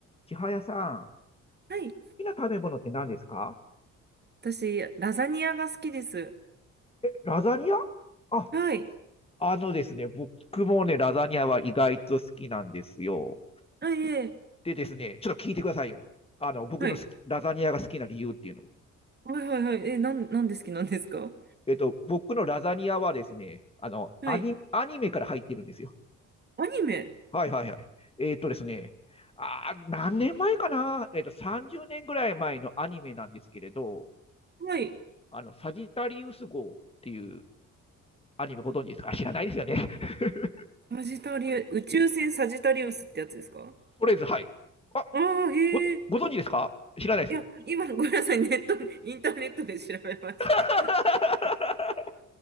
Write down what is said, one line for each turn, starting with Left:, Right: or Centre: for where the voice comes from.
Left: 千早さん、好
Right: はい。
Left: きな食べ物って何ですか
Right: 私、ラザニアが好きです。
Left: ラザニアあ、
Right: はい。
Left: あのですね、僕もね、ラザニアは意外と好きなんですよ。
Right: あ、いえ、
Left: でですね、ちょっと聞いてくださいよ。あの、僕の好き、
Right: はい。
Left: ラザニアが好きな理由っていうのを。
Right: はいはいはい。え、なん、なんで好きなんですか
Left: えっと、僕のラザニアはですね、あの、
Right: はい。
Left: アニ、アニメから入ってるんですよ。
Right: アニメ。
Left: はいはいはい。えっとですね、あー、何年前かなえっと、30年ぐらい前のアニメなんですけれど、
Right: はい。
Left: あの、サジタリウス号っていうアニメご存知ですかあ知らないですよね。<laughs>
Right: サジタリウ、宇宙船サジタリウスってやつですか
Left: とりあえず、はい。あ、
Right: ああー、へえ。
Left: ご、ご存知ですか知らないです。
Right: いや、今、ごめんなさい。ネット、インターネットで調べました。
Left: <laughs>